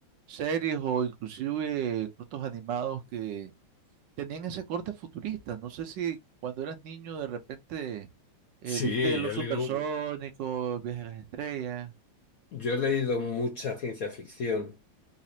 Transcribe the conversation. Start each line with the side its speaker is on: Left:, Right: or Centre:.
Right: Series o inclusive cortos animados que tenían ese corte futurista. No sé si cuando eras niño de repente eh,
Left: Sí,
Right: viste Los
Left: yo he
Right: Supersónicos,
Left: leído,
Right: El Viaje a las Estrellas.
Left: yo he leído mucha ciencia ficción